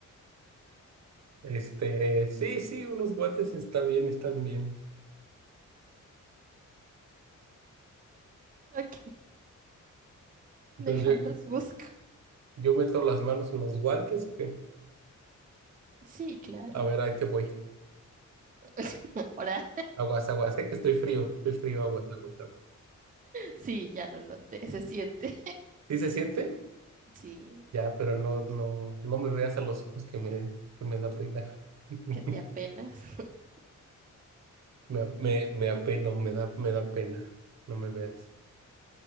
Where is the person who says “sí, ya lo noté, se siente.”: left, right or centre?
Right